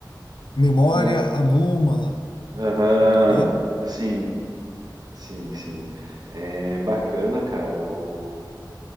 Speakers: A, on the left (about 80°); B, on the right (about 55°).
A: memória
B: né?
A: anômala,
B: Aham,
A: entendeu?
B: Sim, sim, sim. É bacana, cara. O...